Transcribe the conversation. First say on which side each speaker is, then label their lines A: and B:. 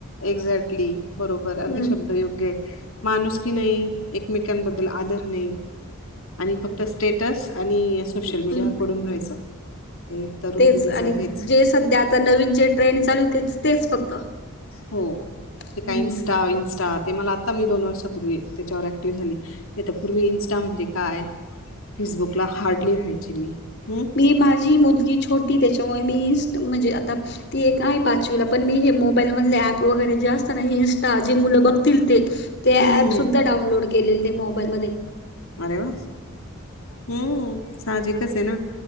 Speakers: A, on the left; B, on the left.
A: एक्झॅक्टली बरोबर अगदी
B: हम्म
A: शब्द योग्य आहे! माणुसकी नाही एकमेकांबद्दल आदर नाही आणि फक्त तर स्टेटस आणि सोशल
B: हम्म
A: मीडियावर पडून राहायचं हे तरुण
B: तेच
A: पिढीचं
B: आणि
A: हेच..
B: जे सध्या आता नवीन जे ट्रेंड चालूते तेच फक्त
A: हो
B: हम्म
A: ते काय इन्स्टा -इन्स्टा ते मला आता मी दोन वर्षांपूर्वी त्याच्यावर ऍक्टिव्ह झाली. नाही तर पूर्वी इन्स्टा म्हणजे काय फेसबुकला हार्डली राहायची मी... म्म
B: मी माझी मुलगी छोटी त्याच्यामुळे मी इ म्हणजे आता ती एक आहे पाचवीला पण मी हे.. मग मोबाईल मधले ऍप वगैरे जे असतं ना इन्स्टा जे मुल बघतील ते,
A: हम्म
B: ते अँप
A: हम्म
B: सुद्धा
A: हम्म.
B: डाउनलोड केलेले नाही मोबाईल मध्ये.
A: अरे वा हम् सहाजिकच आहे ना...